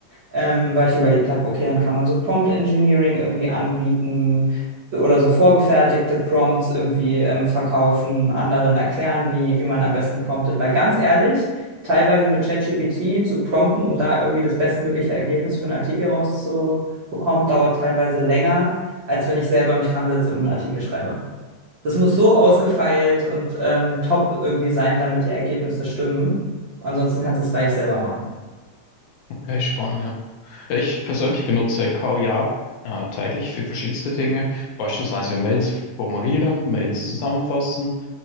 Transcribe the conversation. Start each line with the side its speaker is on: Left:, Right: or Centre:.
Right: ähm, weil ich überlegt habe, okay, dann kann man so Prompt Engineering irgendwie anbieten oder so vorgefertigte Prompts irgendwie ähm, verkaufen, anderen erklären, wie, wie man am besten promptet, weil ganz ehrlich, teilweise mit ChatGPT zu prompten, um da irgendwie das bestmögliche Ergebnis für einen Artikel rauszubekommen, dauert teilweise länger, als wenn ich selber mich ransetze und einen Artikel schreibe. Das muss so ausgefeilt und ähm, top irgendwie sein, damit die Ergebnisse stimmen. Ansonsten kannst du es gleich selber machen.
Left: Okay, spannend, ja. Ich persönlich benutze KI auch äh, täglich für verschiedenste Dinge, beispielsweise ja Mails formulieren, Mails zusammenfassen.